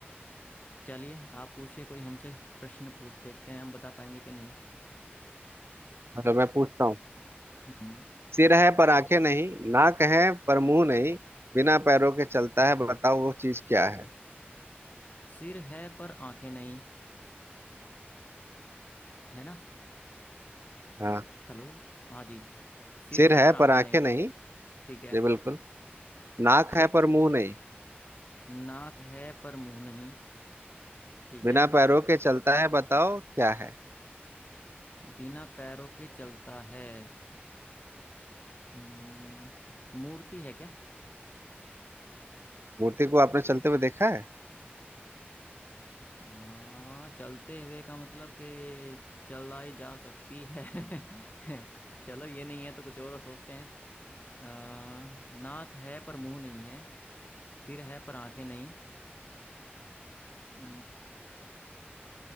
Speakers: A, on the left; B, on the right.
A: चलिए आप पूछिए कोई हमसे प्रश्न पूछ देखते हैं हम बता पाएंगे कि नहीं
B: चलो मैं पूछता हूँ
A: हम्म
B: सिर है पर आंखें नहीं नाक है पर मुंह नहीं बिना पैरों के चलता है बताओ वो चीज क्या है
A: सिर है पर आंखें नहीं है ना
B: हाँ
A: हेलो हाँ जी सिर
B: सिर
A: है
B: है
A: पर आंखें
B: पर आंखें
A: नहीं
B: नहीं
A: ठीक है
B: जी बिल्कुल नाक
A: आगे
B: है पर मुंह नहीं
A: नाक है पर मुंह नहीं ठीक
B: बिना
A: है
B: पैरों के चलता है बताओ क्या है
A: बिना पैरों के चलता है हम्म, मूर्ति है क्या
B: मूर्ति को आपने चलते हुए देखा है
A: हाँ चलते हुए का मतलब कि चलाई जा सकती है <laughs> चलो ये नहीं है तो कुछ और सोचते हैं अ, नाक है पर मुंह नहीं है सिर है पर आंखें नहीं हम्म,